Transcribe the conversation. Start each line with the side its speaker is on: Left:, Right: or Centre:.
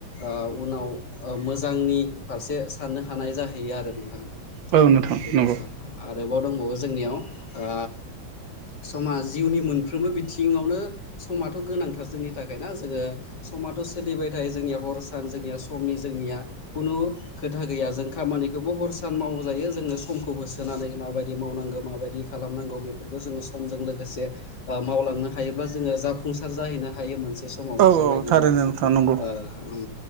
Left: ओ उनाव ओ मोजांनि फारसे साननो हानाय जाहैयो आरो नोंथां बेनो
Right: औ नोंथां नंगौ
Left: आरोबाव दं बावो जोंनियाव ओ समा जिउनि मोनफ्रोमबो बिथिं थिवनो समाथ' गोनांथार जोंनि थाखाय ना जोङो समाथ' सोलिबाय थायो जोंनिया हर सान निया समनि जोंनिया खुनु खोथा गैया जों खामानिखौबो हर सान मावजायो जोङो समखौ बो सोनानै माबायदि मावनांगौ माबायदि खालामनांगौ बेफोरखौ जोङो समजों लोगोसे ओ मावलांनो हायोब्ला जोङो जाफुंसार जाहैनो हायो मोनसे समाव
Right: औ
Left: बेबायदिनो
Right: औ थारैनो नोंथां नंगौ
Left: ओ उम